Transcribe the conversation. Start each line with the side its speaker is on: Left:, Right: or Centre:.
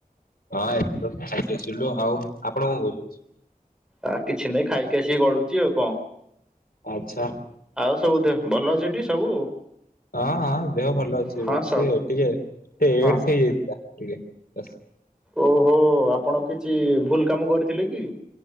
Left: ହଁ ଏବେ ଖାଇକି ଆସିଲୁ। ଆଉ ଆପଣ କଣ କହୁଛନ୍ତି?
Centre: ଆ କିଛି ନାହିଁ ଖାଇକି ଆସିି ଗଡୁଚି। ଆଉ କଁ
Left: ଆଚ୍ଛ
Centre: ଆଉ ସବୁ ଦେହ ଭଲ ଅଛିଠି ସବୁ?
Left: ହଁ ହଁ ଦେହ ଭଲ ଅଛି।
Centre: ହଁ ସ
Left: ସିଏ ଟିକେ ଟିଏ
Centre: ହଁ
Left: ଏଡସ୍ ହେଇ ଯାଇଥିଲା। ଟିକେ ବସ୍!
Centre: ଓହୋ! ଆପଣ କିଛି ଭୁଲ କାମ କରିଥିଲେ କି?